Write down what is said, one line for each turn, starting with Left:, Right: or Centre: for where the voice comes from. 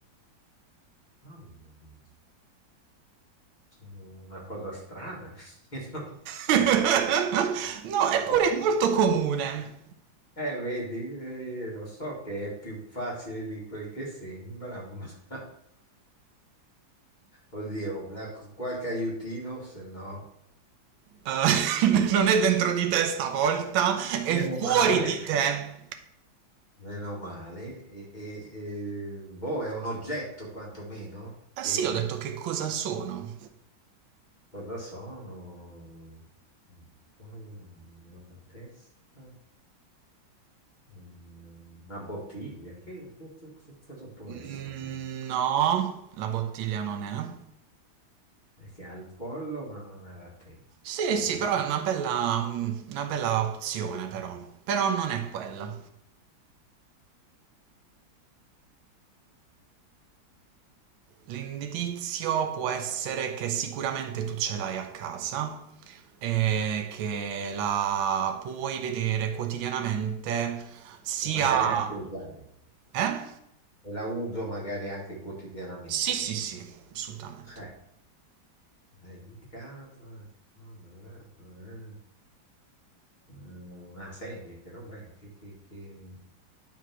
Left: Mamma mia, sono una cosa strana. <laughs>
Right: <laughs> No, eppure
Left: Wow,
Right: è
Left: sì.
Right: molto comune.
Left: Eh, vedi, eh, lo so che è più facile di quel che sembra, ma <laughs> oddio, ecco, qualche aiutino, se no,
Right: Eh, <laughs> non è dentro di te stavolta, è
Left: meno
Right: fuori
Left: male,
Right: di te.
Left: meno male, e, e- e, boh, è un oggetto quantomeno, sì.
Right: Eh sì, ho detto che cosa sono.
Left: Cosa sono? Una testa? Mm, Una bottiglia? Che, che- che- che cosa può
Right: Mm,
Left: essere?
Right: No, la bottiglia non è.
Left: Perché ha il collo ma non ha la testa.
Right: Sì,
Left: Eh,
Right: sì, però è una bella, mm, una bella opzione però. Però non è quella. L'indizio può essere che sicuramente tu ce l'hai a casa e che la puoi vedere quotidianamente sia...
Left: E magari
Right: Indossarla?
Left: anche usare.
Right: Eh?
Left: E la uso magari anche quotidianamente.
Right: Sì, sì, sì, assolutamente.
Left: Eh, eh, in casa, no, eh, eh, una sedia, che roba è? Che, che, che,